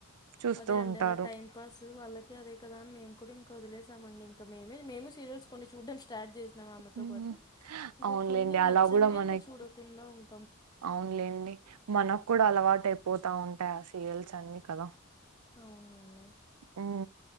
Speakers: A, on the right; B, on the left.
A: చూస్తూ
B: అదే అండి
A: ఉంటారు.
B: అలా టైం పాస్ వాళ్ళకి అదే కదా అని మేము కూడా ఇంకా వదిలేసామండిం ఇంకా మేమే మేము సీరియల్స్ కొన్ని చూడ్డం స్టార్ట్ చేసినాం ఆమెతో
A: హ్మ్.
B: పాటు ఇంకా
A: అవునులేండి.
B: కొన్ని నచ్చనవి
A: అలా గూడా మనకి
B: ఇంకా చూడకుండా ఉం
A: అవునులేండి మనకు కూడా అలవాటు అయిపోతా ఉంటాయి ఆ సీరియల్స్ అన్ని కదా
B: అవునండి
A: ఊ